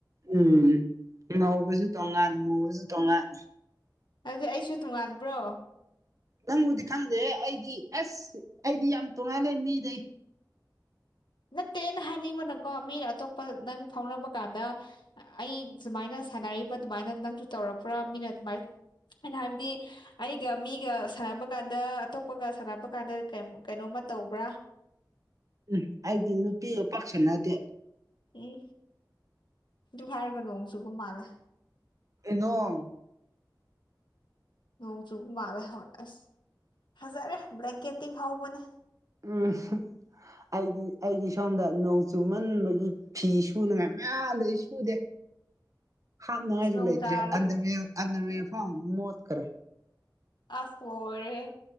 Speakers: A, on the right; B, on the left.
A: ꯎꯝ ꯊꯦꯡꯅꯍꯧꯕꯁꯨ ꯇꯣꯡꯉꯥꯟ ꯃꯨꯕꯁꯨ ꯇꯣꯡꯉꯥꯟ
B: ꯑꯗꯨ ꯑꯩꯁꯨ ꯇꯣꯉꯥꯟꯕ꯭ꯔꯣ
A: ꯅꯪꯕꯨꯗꯤ ꯈꯪꯗꯦꯍꯦ ꯑꯩꯗꯤ ꯑꯁ ꯑꯩꯗꯤ ꯌꯥꯝ ꯇꯣꯡꯉꯥꯜꯂꯦ ꯃꯤꯗꯩ
B: ꯅꯠꯇꯦ ꯑꯩꯅ ꯍꯥꯏꯅꯤꯡꯕꯅꯀꯣ ꯃꯤꯅ ꯑꯇꯣꯞꯄ ꯅꯪ ꯐꯥꯎꯅꯕ ꯀꯥꯟꯗ ꯑꯩ ꯁꯨꯃꯥꯏꯅ ꯁꯥꯟꯅꯔꯤꯕ ꯑꯗꯨꯃꯥꯏꯅ ꯅꯪꯁꯨ ꯇꯧꯔꯛꯄ꯭ꯔꯥ ꯃꯤꯅ ꯑꯗꯨꯃꯥꯏ ꯑꯩꯅ ꯍꯥꯏꯕꯗꯤ ꯑꯩꯒ ꯃꯤꯒ ꯁꯥꯟꯅꯕ ꯀꯥꯟꯗ ꯑꯇꯣꯞꯄꯒ ꯁꯥꯟꯅꯕ ꯀꯥꯟꯗ ꯀꯦꯝ ꯀꯩꯅꯣꯝꯃ ꯇꯧꯕ꯭ꯔꯥ
A: ꯎꯝꯍ ꯑꯩꯗꯤ ꯅꯨꯄꯤꯒ ꯄꯥꯛ ꯁꯥꯅꯗꯦ
B: ꯑꯦ ꯑꯗꯨ ꯍꯥꯏꯔꯒ ꯅꯣꯡ ꯆꯨꯕ ꯃꯥꯜꯂꯦ
A: ꯅꯣꯡ
B: ꯅꯣꯡ ꯆꯨꯕ ꯃꯥꯜꯂꯦ ꯍ‌ꯣꯏ ꯑꯁ ꯐꯖꯔꯦ ꯕ꯭ꯂꯦꯡꯀꯦꯠ ꯇꯤꯡꯍꯧꯕꯅꯤ
A: ꯎꯝ ꯑꯩꯗꯤ ꯑꯩꯗꯤ ꯁꯣꯝꯗ ꯅꯣꯡ ꯆꯨꯃꯟꯕꯒꯤ ꯐꯤ ꯁꯨꯅꯉꯥꯏ ꯃꯌꯥꯝ ꯂꯩ ꯁꯨꯗꯦ ꯍꯥꯞꯅꯉꯥꯏꯖꯨ
B: ꯑꯁ ꯅꯣꯡ
A: ꯂꯩꯇ꯭ꯔꯦ
B: ꯇꯥꯔꯦ
A: ꯑꯟꯗꯔꯋ‌ꯦꯌꯔ ꯑꯟꯗꯔꯋ‌ꯦꯌꯔ ꯐꯥꯎ ꯃ‌ꯣꯠꯈ꯭ꯔꯦ
B: ꯑꯁ ꯂ‌ꯣꯏꯔꯦꯍ‌ꯦ